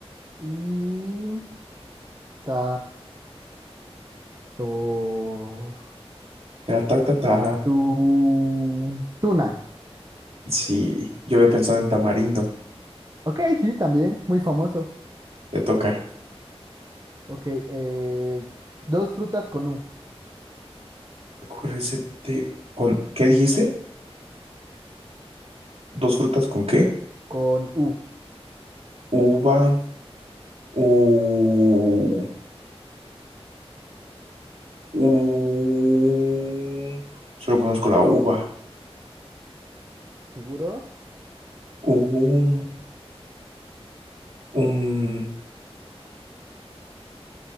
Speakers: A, on the right; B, on the right.
A: y ta to
B: Ta, ta, ta, ta.
A: tu tuna.
B: Sí, yo había pensado en tamarindo.
A: Ok, sí, también, muy famoso.
B: Te toca.
A: Ok, eh, dos frutas con U.
B: Recuérdese, te- ¿con qué dijiste? ¿Dos frutas con qué?
A: Con U,
B: Uva. U, u, solo conozco la uva.
A: seguro.
B: U, un,